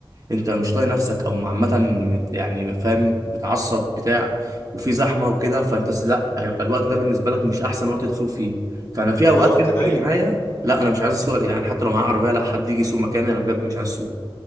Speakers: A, on the right (about 40°); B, on the left (about 30°).
A: انت مش طايق نفسك او عامه مت- يعني فاهم متعصب بتاع وفي زحمه وكده فانت س- لا هيبقى الوقت ده بالنسبه لك مش احسن وقت تسوق فيه فانا في
B: هيبقى
A: اوقات
B: وقت
A: كده
B: ضيق
A: بتيجي معايا لا انا مش عايز اسوق يا جدعان حتى لو معايا عربيه لا حد يجي يسوق مكاني انا بجد مش عايز اسوق